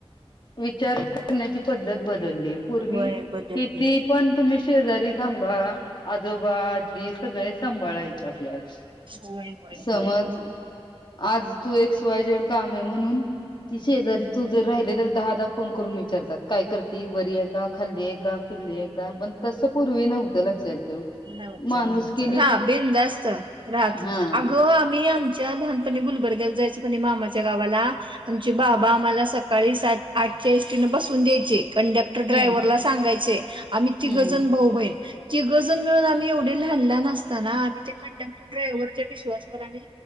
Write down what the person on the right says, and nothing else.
होय
बदलले
होय होय होय
होय.
नव्हतं
नव्हतं हा बिनधास्त राहत होतं.
अगं, आम्ही आमच्या लहानपणी गुलबर्ग्याला जायचो कणी मामाच्या गावाला. आमचे बाबा आम्हाला, सकाळी सात आठच्या एसटी न बसून द्यायचे कंडक्ट त्या ड्राइवरला
सागायंचे, आम्ही तीघजन
भाऊ बहीण तीघजन. अजून मिळून आम्ही एवढे लहान लहान असताना. आम्ही त्या कंडक्टरडायव्हरच्या विश्वासवर आम्ही,